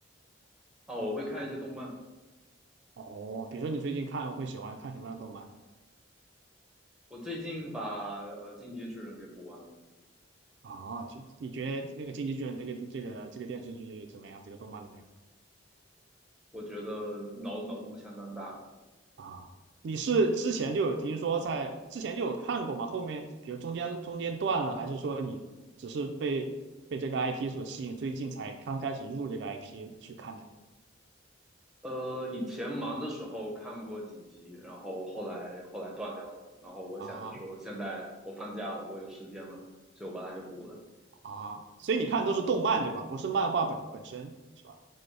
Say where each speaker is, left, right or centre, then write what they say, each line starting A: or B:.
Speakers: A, in the centre; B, on the right.
A: 啊，我会看一些动漫。
B: 哦，比如说你最近看会喜欢看什么样的动漫？
A: 我最近把呃《进阶巨人》给补完了，
B: 啊，就你觉得那个《进击巨人》这个这个这个电视剧怎么样？这个动漫怎么样？
A: 我觉得脑脑洞相当大。
B: 啊，你是之前就有听说在之前就有看过吗？后面比如中间中间断了，还是说你只是被被这个 IP 所吸引，最近才刚开始入这个 IP 去看的？
A: 呃，以前忙的时候看过几集，然后后来后来断掉了。然后我想着说，
B: 啊
A: 现在我放假了，我有时间了，所以我把它给补了。
B: 啊，所以你看都是动漫对吧？不是漫画本本身是吧？